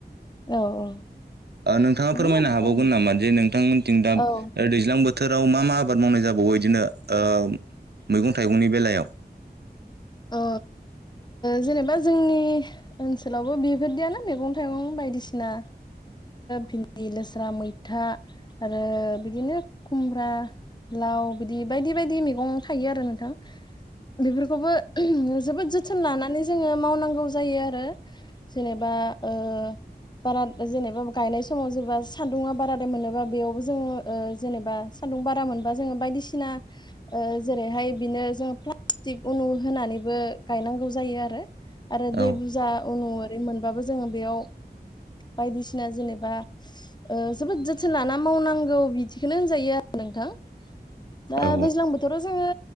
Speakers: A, on the left; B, on the right.
A: औ औ
B: नोंथाङा फोरमायनो
A: बिदिनो
B: हाबावगोन नामा जे नोंथांमोनथिं दा
A: औ
B: दैज्लां बोथोर बोथोराव मा मा आबाद मावनाय जाबावो बिदिनो ओ मैगं थाइगंनि बेलायाव
A: अ जेनेबा जोंनि ओनसोलावबो बेफोरदियानो मैगं थाइगं बायदिसिना भिन्दि, लोस्रा, मैथा आरो बिदिनो खुमब्रा लाव बिदि बायदि बायदि मैगं थायो आरो नोंथां बेफोरखौबो जोबोद जोथोन लानानै जोङो मावनांगौ जायो आरो जेनेबा ओ बारा जेनेबा गायनाय समाव जेबा सान्दुुंआ बाराद्राय मोनोबा बेयावबो जोङो जेनेबा सान्दुं बारा मोनबा जोङो बायदिसिना जेरैहाय बिदिनो जोङो प्लास्टिक होनानैबो गायनांगौ जायो आरो
B: औ
A: दै बुरजा बे मोनबाबो जोङो बेयाव बायदिसिना जेनेबा जोबोद जोथोन लाना मावनांगौ बिदिखौनो होनजायो आरो नोंथां दा
B: औ
A: दैज्लां बोथोराव जोङो